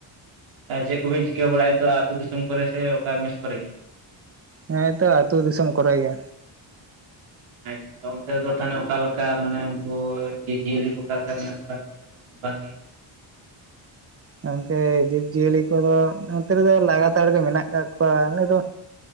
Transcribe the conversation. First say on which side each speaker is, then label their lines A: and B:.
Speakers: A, on the right; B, on the right.
A: ᱪᱮᱜ ᱠᱚᱵᱮᱱ ᱪᱤᱠᱟᱹ ᱵᱟᱲᱟᱭ ᱫᱚ ᱟᱹᱛᱩ ᱫᱤᱥᱚᱢ ᱠᱚᱨᱮ ᱥᱮ ᱚᱠᱟ ᱢᱮᱥ ᱠᱚᱨᱮ ᱜᱮ?
B: ᱦᱮᱸ ᱛᱚ ᱟᱹᱛᱩ ᱫᱤᱥᱚᱢ ᱠᱚᱨᱮ ᱜᱮ
A: ᱟᱪᱪᱷᱟ ᱚᱱᱛᱮ ᱫᱚ ᱛᱟᱦᱚᱞᱮ ᱚᱠᱟᱞᱮᱠᱟ ᱢᱟᱱᱮ ᱩᱝᱠᱩ ᱡᱤᱵᱽ-ᱡᱤᱭᱟᱹᱞᱤ ᱠᱩ ᱚᱠᱟ ᱞᱮᱠᱟ ᱢᱮᱱᱟᱜ ᱵᱟᱲᱟ ᱠᱚᱣᱟ <unintelligible> ᱵᱟᱝ ᱜᱮ
B: ᱜᱚᱝᱠᱮ ᱡᱤᱵᱽᱼᱡᱤᱭᱟᱹᱞᱤ ᱠᱚᱫᱚ ᱱᱚᱛᱮ ᱨᱮᱫᱚ ᱞᱟᱜᱟᱛᱟᱲ ᱜᱮ ᱢᱮᱱᱟᱜ ᱠᱟᱜ ᱠᱚᱣᱟ ᱟᱞᱮ ᱫᱚ